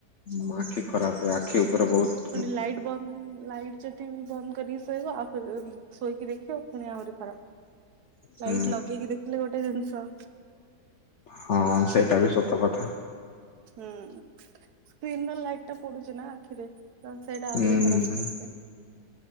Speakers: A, on the left; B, on the right.
A: ମୋ ଆଖି ଖରାପ ହୁଏ, ଆଖି ଉପରେ ବହୁତ --
B: ପୁଣି ଲାଇଟ୍ ବନ୍ଦ, ଲାଇଟ୍ ଯଦି ବି ବନ୍ଦ, କରିକି ଶୋଇବ ଆଉଥରେ ଶୋଇକି ଦେଖିବ ପୁଣି ଆହୁରି ଖରାପ।
A: ହୁଁ
B: ଲାଇଟ ଲଗେଇକି ଦେଖିଲେ ଗୋଟେ ଜିନିଷ।
A: ହଁ ସେଇଟା ବି ସତ କଥା।
B: ହୁଁ ସ୍କ୍ରିନରେ ଲାଇଟ ଟା ପଡୁଛି ନା ଆଖିରେ। ତ ସେଇଟା
A: ହୁଁ।
B: ଆହୁରି ଖରାପ ହଉଛିଏ